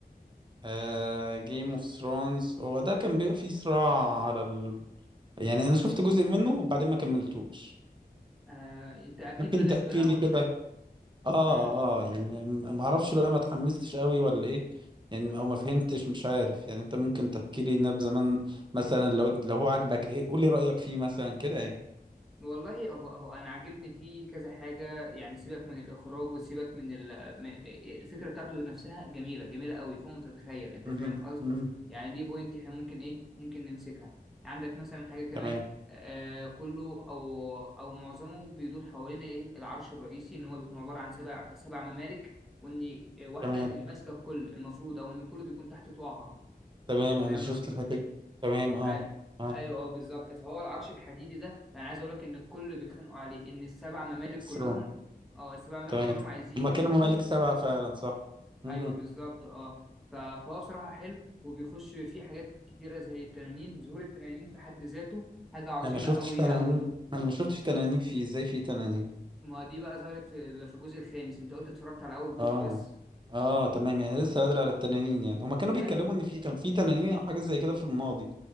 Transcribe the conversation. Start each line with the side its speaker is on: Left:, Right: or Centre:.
Right: آه جيم اوف ثرونز هو ده كان بيبقى فيه صراع على ال... يعني أنا شفت جزء منه وبعدين ما كملتوش
Centre: آه، انت اكيد
Right: ممكن
Centre: بدأت
Right: تحكي
Centre: بالاول
Right: لي كده اه
Centre: امم
Right: اه يعني م- ما اعرفش بقى ما اتحمستش قوي ولا ايه يعني او ما فهمتش مش عارف يعني انت ممكن تحكي لي نبذة زمان مثلا لو انت لو هو عاجبك ايه قول لي رأيك فيه مثلا كده يعني
Centre: والله هو هو انا عاجبني فيه كذا حاجه يعني سيبك من الاخراج وسيبك من ال- م- الفكره بتاعته نفسها جميله جميله قوي فوق ما تتخيل انت
Right: مهم.
Centre: فاهم القصد
Right: مهم.
Centre: يعني دي بوينت احنا ممكن ايه ممكن نمسكها عندك مثلا حاجه كمان
Right: تمام
Centre: آه كله او او معظمه بيدور حوالين ايه العرش الرئيسي ان هو بيكون عباره عن سبع سبع ممالك وان واحده
Right: تمام
Centre: اللي ماسكه الكل المفروض او ان الكل بيكون تحت طوعها
Right: تمام
Centre: انت فاهم
Right: انا شفت الحكاية تمام اه
Centre: ايوه
Right: اه
Centre: ايوه اه بالظبط فهو العرش الحديدي ده انا عايز اقول لك ان الكل بيتخانقوا عليه ان السبع ممالك
Right: السلام
Centre: كلهم اه السبع ممالك
Right: تمام
Centre: كلهم عايزين
Right: هما
Centre: يروحوا
Right: كانوا ممالك سبعة فعلا صح مهم.
Centre: ايوه بالظبط اه ف- فهو بصراحه حلو وبيخش فيه حاجات كتيره زي التنانين ظهور التنانين في حد ذاته حاجه عظيمه
Right: انا ما شفتش
Centre: قوي
Right: تنانين
Centre: قوي
Right: انا ما شفتش تنانين في ازاي في تنانين
Centre: ما دي بقى ظهرت في في الجزء الخامس انت قلت اتفرجت على اول جزء
Right: اه
Centre: بس
Right: اه تمام يعني لسه بدري على التنانين يعني هما كانوا بيتكلموا
Centre: ايوه
Right: ان في كان في تنانين او حاجة زي كده في الماضي